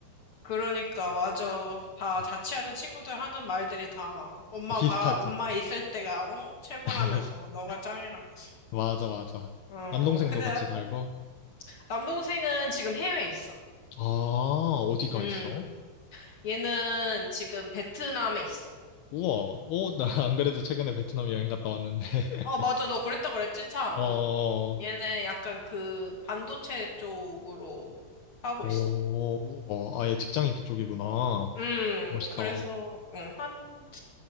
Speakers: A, on the left; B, on the left.
A: 그러니까
B: 음,
A: 맞아.
B: 맞아.
A: 다 자취하는 친구들 하는 말들이 다 엄마
B: 비슷하지?
A: 봐, 엄마 있을 때가 어? 최고라면서
B: <laughs>
A: 너가 짱이라면서.
B: 맞아, 맞아.
A: 어,
B: 남동생도
A: 근데
B: 같이
A: 난
B: 살고.
A: 남동생은 지금 해외에 있어.
B: 아, 어디가
A: 음,
B: 있어?
A: 얘는 지금 베트남에 있어.
B: 우와, 어, 나 안 그래도 최근에 베트남 여행 갔다 왔는데. <laughs>
A: 어, 맞아. 너 그랬다 그랬지, 참.
B: 어,
A: 어. 얘는 약간 그 반도체 쪽으로 하고
B: 오,
A: 있어.
B: 우와, 아예 직장이 그쪽이구나.
A: 음,
B: 멋있다.
A: 그래서, 어, 한,